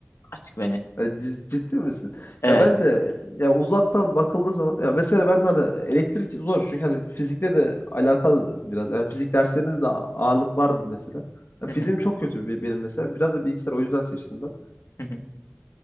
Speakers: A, on the left; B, on the left.
A: açık ve net.
B: Ya c- Ciddi misin?
A: Evet.
B: Ya bence ya uzaktan bakıldığı zaman ya mesela ben hani elektrik zor çünkü hani fizikle de alakalı biraz yani fizik derslerinizde a- ağırlık vardır mesela. Ya
A: Hı
B: fiziğim
A: hı.
B: çok kötü bir- benim mesela. Biraz da bilgisayar o yüzden seçtim ben.
A: hı hı.